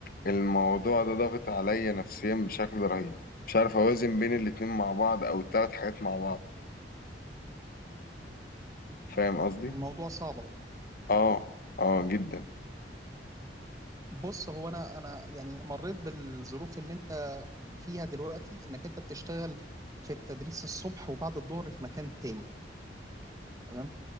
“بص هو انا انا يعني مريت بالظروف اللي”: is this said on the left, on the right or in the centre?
Right